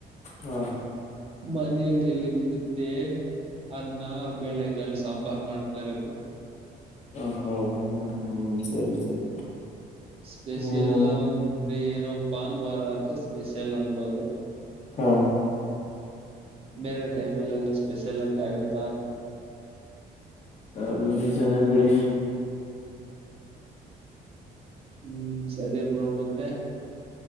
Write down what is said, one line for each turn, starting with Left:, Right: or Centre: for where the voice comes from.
Left: ಹ
Right: ಮನಲಿಲ್ಲಿ ಮುದ್ದೆ ಅನ್ನ ಬೇಳೆಗಾಲ ಸಾಂಬಾರ್ ಮಾಡ್ತಾರೆ
Left: ಹ ಹೌದಾ ಹ್ಮ್ ಸರಿ ಸರಿ
Right: ಸ್ಪೆಷಲ್
Left: ನೀನು
Right: ಅಂದ್ರೆ ಏನೋ ಭಾನುವಾರ ಆದ್ರೆ ಸ್ಪೆಷಲ್ ಅನ್ಬೋದು
Left: ಹಾ
Right: ಬೇರೆ ಟೈಮಲ್ಲ ಎಲ್ಲ ಸ್ಪೆಷಲ್ ಅಂದ್ರೆ ಆಗತ್ತಾ
Left: ಅದು ನಿಜನೆ ಬಿಡಿ
Right: ಹ್ಮ್ ಸರಿ ಮತ್ತೆ ಬ್ರು ಮತ್ತೆ